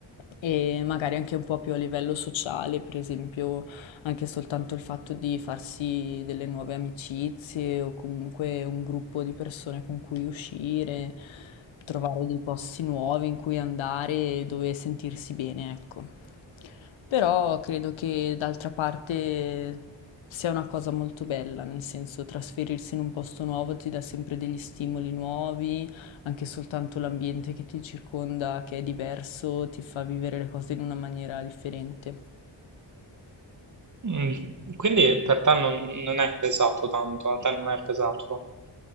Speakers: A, on the left; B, on the right.
A: e magari anche un po' più a livello sociale, per esempio anche soltanto il fatto di farsi delle nuove amicizie o comunque un gruppo di persone con cui uscire, trovare dei posti nuovi in cui andare e dove sentirsi bene, ecco. Però credo che d'altra parte sia una cosa molto bella, nel senso trasferirsi in un posto nuovo ti dà sempre degli stimoli nuovi, anche soltanto l'ambiente che ti circonda, che è diverso, ti fa vivere le cose in una maniera differente.
B: Mm, Quindi per te non, non è pesato tanto, a te non è pesato.